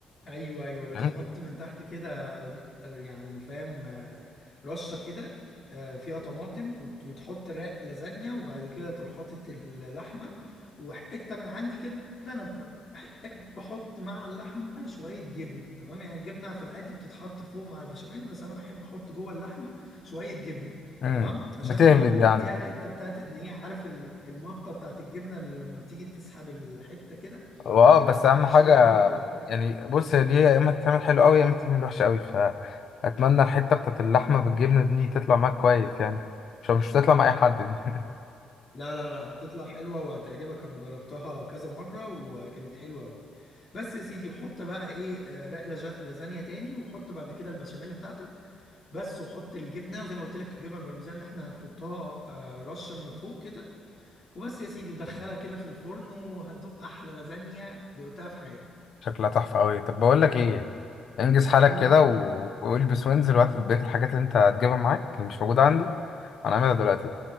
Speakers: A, on the left; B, on the left.
A: ايوه ايوه بتحط
B: فاهم؟
A: من تحت كده يعني فاهم آه، رشه كده آه، فيها طماطم وت- وتحط رق لازانيا وبعد كده تروح حاطط اللحمه وحته من عندي كده انا بحب احط مع اللحمه شويه جبنه تمام يعني الجبنه في العادي بتتحط فوق مع البشاميل بس انا بحب احط جوه اللحمه شويه جبنه
B: مم.
A: تمام عشان
B: بتهبد
A: بتديها
B: يعني
A: الحته بتاعت ان هي عارف ال- المطه بتاعت الجبنه اللي لما بتيجي تسحب الحته كده
B: هو اه
A: بيبقى
B: بس اهم حاجه
A: شكلها حلو قوي
B: يعني بص هي دي يا اما تتعمل حلو قوي يا اما تتعمل وحشه قوي فاتمنى الحته بتاعت اللحمه بالجبنه دي تطلع معاك كويس يعني مش مش هتطلع مع اي حد دي <laughs>
A: لا لا لا هتطلع حلوة وهتعجبك أنا جربتها كذا مرة وكانت حلوة أوي بس يا سيدي حط بقى إيه آه، رق لجا- لازانيا تاني وحط بعد كده البشاميل بتاعتك بس وحط الجبنة وزي ما قلت لك الجبنة البارميزان اللي إحنا هنحطها آه، رشة من فوق كده وبس يا سيدي ودخلها كده في الفرن وهتدوق أحلى لازانيا دقتها في حياتك
B: شكلها تحفه قوي طب بقول لك ايه انجز حالك
A: امم
B: كده و- والبس وانزل وهات بقيه الحاجات اللي انت هتجيبها معاك اللي مش موجوده عندي انا هعملها دلوقتي